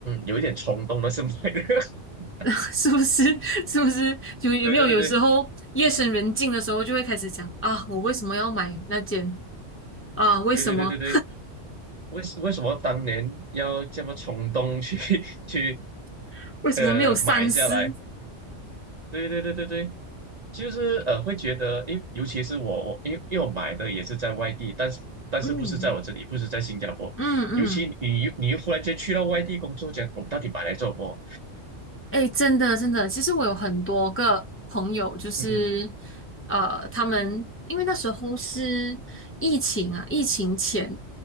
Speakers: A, on the right; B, on the left.
A: 有一点冲动了，是不是？<laughs>
B: <laughs> 是不是？<laughs> 是不是？有有没有有时候夜深人静的时候，
A: 对对对对
B: 就会开始讲啊，我为什么要买那件啊？为什么
A: 对对对对对，为什为什么当年要这么冲动去 <laughs> 去
B: <laughs> 为什么没有三思？
A: 呃买下来？对对对对对，就是呃，会觉得，因尤其是我，我因为因为我买的也是在外地，但是但是不是在我这里，
B: 嗯
A: 不是在新加坡，
B: 嗯嗯，
A: 尤其你又你又忽然间去到外地工作，讲我们到底买来做什么？
B: 哎，诶真的真的，其实我有很多个朋友，就是
A: 嗯哼，
B: 呃，他们因为那时候是疫情啊，疫情前